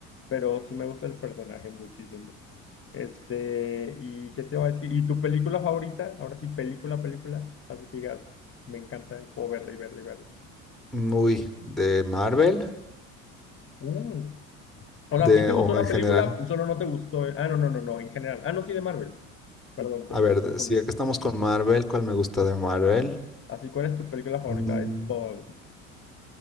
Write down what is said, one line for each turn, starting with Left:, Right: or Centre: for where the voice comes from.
Left: Pero sí me gusta el personaje muchísimo. Este, ¿y qué te va a decir? ¿Y tu película favorita? Ahora sí, película, película. Así que digas, me encanta, y puedo verla y verla y verla.
Centre: Muy de Marvel,
Left: Mm. O
Centre: de,
Left: sea, sí te
Centre: o
Left: gustó la
Centre: en general.
Left: película, solo no te gustó. Ah, no, no, no, no, en general. Ah, no, sí, de Marvel. Perdón, te-
Centre: A
Left: me
Centre: ver,
Left: confundí.
Centre: si aquí estamos con Marvel, ¿cuál me gusta de Marvel?
Left: Así, ¿cuál es tu película favorita
Centre: Mm,
Left: de todas?